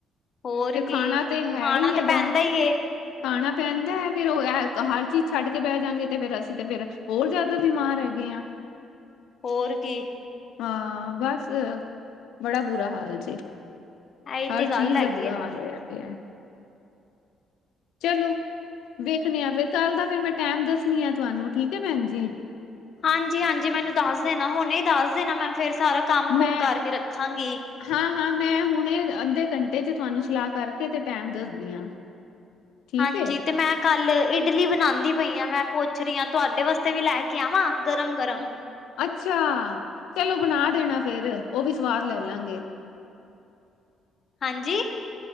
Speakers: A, on the left; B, on the left.
A: ਹੋਰ
B: ਤੇ
A: ਕੀ
B: ਖਾਨਾ ਤੇ ਹੈ
A: ਖਾਣਾ
B: ਹੀ ਹੈਗਾ।
A: ਤੇ ਪੈਂਦਾ ਈ ਏ
B: ਖਾਨਾ ਪੈਂਦਾ ਐ ਫਿਰ ਉਹ ਹਰ ਚੀਜ਼ ਛੱਡ ਕੇ ਬਹਿ ਜਾਂਗੇ ਤੇ ਫਰ ਅਸੀਂ ਤੇ ਫੇਰ ਹੋਰ ਜ਼ਿਆਦਾ ਬਿਮਾਰ ਹੈਗੇ ਆ
A: ਹੋਰ ਕੀ
B: ਹਾਂ ਬੱਸ। ਬੜਾ ਬੁਰਾ ਹਾਲ ਜੇ,
A: ਇਹੀ
B: ਹਰ
A: ਤੇ
B: ਚੀਜ਼
A: ਗੱਲ ਹੈਗੀ
B: ਦਾ ਬੁਰਾ
A: ਆ।
B: ਹਾਲ ਹੋਇਆ ਪੇਆ ਚਲੋ, ਵੇਖਨੇ ਆ ਫਿਰ ਕੱਲ ਦਾ ਫਿਰ ਮੈਂ ਟੈਮ ਦੱਸਣੀ ਆ ਤੁਹਾਨੂੰ ਠੀਕ ਹੈ ਪੈਣ ਜੀ।
A: ਹਾਂਜੀ-ਹਾਂਜੀ ਮੈਨੂੰ ਦੱਸ ਦੇਨਾ ਹੁਣੇ ਦੱਸ ਦੇਨਾ ਮੈਂ ਫਿਰ ਸਾਰਾ ਕੰਮ-ਕੁਮ
B: ਮੈਂ
A: ਕਰਕੇ ਰੱਖਾਂਗੀ।
B: ਹਾਂ-ਹਾਂ ਮੈਂ ਹੁਨੇ ਅੱਧੇ ਘੰਟੇ ਚ ਤੁਹਾਨੂੰ ਸਲਾਹ ਕਰਕੇ ਤੇ ਟੈਮ ਦੱਸਦੀ ਆ ਠੀਕ
A: ਹਾਂਜੀ
B: ਏ
A: ਤੇ ਮੈਂ ਕੱਲ ਇਡਲੀ ਬਣਾੰਦੀ ਪਈ ਆ ਮੈਂ ਪੁੱਛ ਰਹੀ ਆ ਤੁਹਾਡੇ ਵਾਸਤੇ ਵੀ ਲੈ ਕੇ ਆਵਾਂ ਗਰਮ-ਗਰਮ
B: ਅੱਛਾ, ਚਲੋ ਬਨਾ ਦੇਣਾ ਫੇਰ ਉਹ ਵੀ ਸਵਾਦ ਲੈ ਲਾਂਗੇ।
A: ਹਾਂਜੀ।